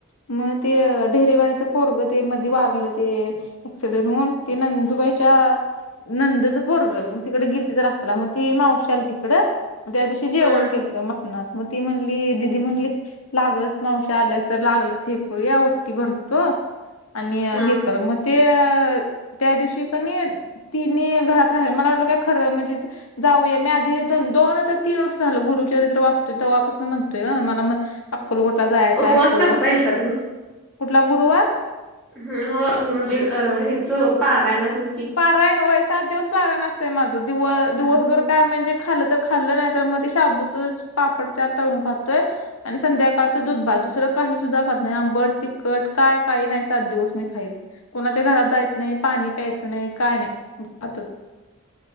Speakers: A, on the left (about 70°); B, in the centre.
A: मग ते ढेरेवाडीच पोरग ते मध्ये वारलं ते एक्सिडेंट होउन, ते नंदूबाईच्या नंदच पोरग, मग तिकडे गेल् असला मग ती मावशी आलती तिकडं, मग त्या दिवशी जेवण
B: हा
A: केलत मटणाच. मग ती म्हणली दिदी म्हणली लागलच मावशी आल्यास तर लागलच हे करूया ओट्टी भरतो आणि
B: हा
A: हे करु म्हण ते त्या दिवशी कनी तिनी घरात राहिल मला वाटलं काय खरं म्हणजे जाऊया, मी आधी दोन नाहीतर तीन वर्ष झालं गुरुचरित्र वाचतोय तवा म्हणून म्हणतोय ह मला म्हण अक्कलकोटला जायाचय,
B: उपवास
A: अकलकोट
B: करतायसा
A: कुठला गुरुवार?
B: हुं ह म्हणजे अ हेच पारायणाचं
A: पारायण होय, सात दिवस पारायण आसतय माझं. दिव दिवसभर
B: हं,
A: काय म्हणजे खाल्लं तर खाल्लं, नाही तर मग ते शाबूचच पापड चार तळून खातोय आणि संध्याकाळचं दुध भात, दुसरं काही सुद्धा खात नाही. आंबड, तिखट काय काही नाही सात दिवस मी खाईत. कोणाच्या घरात जायच नाही पाणी, प्यायचं नाही काय नाही आतच